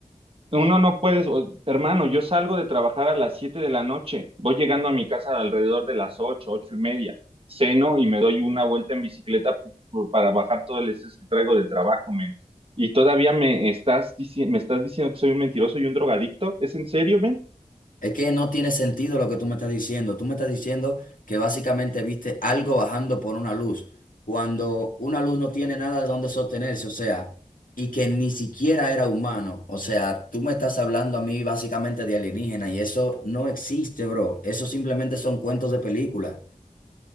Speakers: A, on the right; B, on the left.
A: uno no puedes, o- hermano, yo salgo de trabajar a las 7 de la noche, voy llegando a mi casa alrededor de las 8, 8 y media, ceno y me doy una vuelta en bicicleta p- p- para bajar todo el estrés que traigo del trabajo, men. Y todavía me estás, dici- me estás diciendo que soy un mentiroso y un drogadicto. ¿Es en serio, men?
B: Es que no tiene sentido lo que tú me estás diciendo. Tú me estás diciendo que básicamente viste algo bajando por una luz, cuando una luz no tiene nada de dónde sostenerse, o sea, y que ni siquiera era humano. O sea, tú me estás hablando a mí básicamente de alienígena y eso no existe, bro. Eso simplemente son cuentos de película.